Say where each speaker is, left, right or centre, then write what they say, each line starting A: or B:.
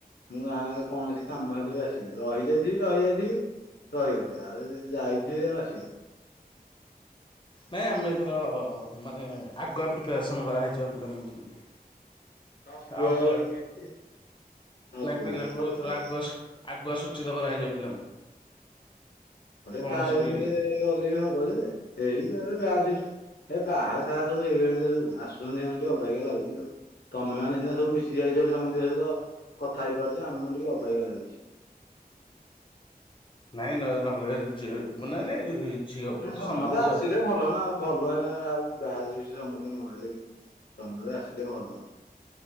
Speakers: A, on the left; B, on the left.
A: ମୁଁ ଗାଁରେ କୌଣସି କାମ ହେଲେ ବି ଆସିବିନି ରହିଯାଇଥିବି ରହିଯାଇଥିବି। ରହିଗଲି ଆଉ ଯାଇଥିବି ଆଉ ଆସିବିନି।
B: ନାଇଁ ଆମେ ଏଥର ମାନେ ଆଗୁଆ ପ୍ରିପାରେସନ୍ କରାହେଇଚି ପିଲାଙ୍କ ଧରିକି।
A: ସବୁବେଳେ
B: ଆଉ ପିଲା
A: ହଉନି କେମିତି ସବୁବେଳେ
B: ନାଇଁ ପିଲାଙ୍କୁ
A: ହଉଛି
B: ଏଥର
A: ବା
B: ଆଗୁଆ ଆଗୁଆ ସୂଚିତ କରାହେଇଯିବ ପିଲାଙ୍କୁ।
A: ଗୋଟେ
B: କୌଣସି
A: ଟାଇମରେ
B: ବି
A: ଗଲେ ବି ହବ ଯେ ଏଇ <unintelligible> ଏ ବାହା ସାହା ସବୁ ହେଇଗଲାଣି ସବୁ ଆସୁଛନ୍ତି ସେ ଟ ଅବାଗିଆ ଲାଗୁଛି ଆଉ। ତମେ ମାନେ ସିନା ସବୁ ମିଶିକି ଯାଇଛ ବୋଲି ସମସ୍ତଙ୍କ ସହିତ କଥା ହେଇପାରୁଛ ଆମକୁ ଟିକେ ଅବାଗିଆ ଲାଗୁଛି।
B: ନାଇଁ ନ ନହେଲେ ଯ ନାଇଁ ନାଇଁ। ଝିଅ
A: ନା
B: ପୁଅ ତ ସମସ୍ତେ
A: ଆସିଲେ
B: ଯାଉଛୁ।
A: ଭଲ ନାଉ ଭଲ ଆଉ <unintelligible> ସମସ୍ତେ ନଆଇଲେ ତମେ ବି ଆସିଲେ ଭଲ।